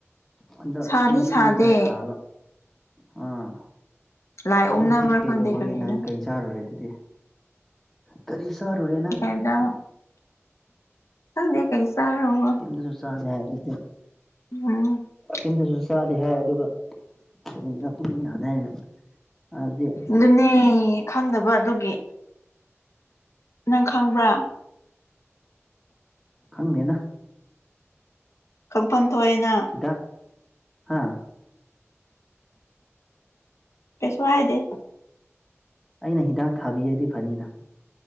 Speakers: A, in the centre; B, on the left (about 70°).
A: ꯍꯟꯗꯛ
B: ꯁꯥꯗꯤ
A: ꯉꯁꯤꯁꯦ
B: ꯁꯥꯗꯦ
A: ꯈꯔ ꯁꯥꯕ ꯑꯥ
B: ꯂꯥꯏ ꯑꯣꯛꯅꯕ꯭ꯔꯥ
A: ꯑꯗꯨꯗꯤ ꯀꯩꯗꯧꯕꯒꯤ
B: ꯈꯪꯗꯦ ꯀꯔꯤꯅ
A: ꯅꯪ ꯀꯩ ꯆꯥꯔꯨꯔꯦ ꯑꯗꯨꯗꯤ ꯀꯔꯤ ꯆꯥꯔꯨꯔꯦ ꯅꯪ?
B: <unintelligible> ꯈꯪꯗꯦ ꯀꯩ ꯆꯥꯔꯕ
A: ꯑꯗꯨꯁꯨ ꯆꯥꯔꯦ ꯍꯥꯏ ꯑꯗꯨꯗꯤ
B: <unintelligible>
A: ꯀꯩꯝꯇꯁꯨ ꯆꯥꯗꯦ ꯍꯥꯏ ꯑꯗꯨꯒ ꯀꯔꯤꯁꯤꯅ ꯇꯨꯝꯕ ꯌꯥꯗꯅ ꯑꯗꯥꯗꯤ
B: ꯑꯗꯨꯅꯦ ꯈꯪꯗꯕ ꯑꯗꯨꯒꯤ ꯅꯪ ꯈꯪꯕ꯭ꯔꯥ?
A: ꯈꯪꯗꯦꯅ
B: ꯈꯪꯐꯝ ꯊꯣꯑꯦꯅꯥ
A: ꯗꯥꯛ ꯍꯥꯥ
B: ꯀꯩꯁꯨ ꯍꯥꯏꯗꯦ
A: ꯑꯩꯅ ꯍꯤꯗꯥꯛ ꯊꯥꯕꯤꯔꯗꯤ ꯐꯅꯤꯗ꯫